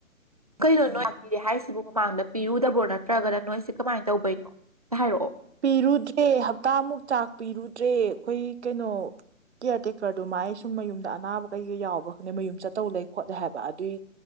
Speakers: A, on the right; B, on the right.
A: ꯀꯩꯅꯣ ꯅꯣ ꯂꯥꯛꯄꯤꯔꯦ ꯍꯥꯏꯁꯤꯕꯨ ꯃꯃꯥꯡꯗ ꯄꯤꯔꯨꯗꯕ꯭ꯔꯣ ꯅꯠꯇ꯭ꯔꯒꯅ ꯅꯣꯏꯁꯦꯀꯃꯥꯏꯅ ꯇꯧꯕꯅꯣ ꯍꯥꯢꯔꯛꯑꯣ
B: ꯄꯤꯔꯨꯗ꯭ꯔꯦ ꯍꯞꯇꯥꯃꯨꯛ ꯆꯥꯛ ꯄꯤꯔꯨꯗ꯭ꯔꯦ ꯑꯩꯈꯣꯏ ꯀꯩꯅꯣ ꯀꯤꯌꯔ ꯇꯦꯀꯔ ꯗꯨꯃꯥꯏ ꯁꯨꯝ ꯃꯌꯨꯝꯗ ꯑꯅꯥꯕ ꯀꯩꯀꯩ ꯌꯥꯎꯕ꯭ꯔꯥ ꯈꯪꯗꯦ ꯃꯌꯨꯝ ꯆꯠꯇꯧ ꯂꯩ ꯈꯣꯠꯂꯦ ꯍꯥꯏꯕ ꯑꯗꯨꯏ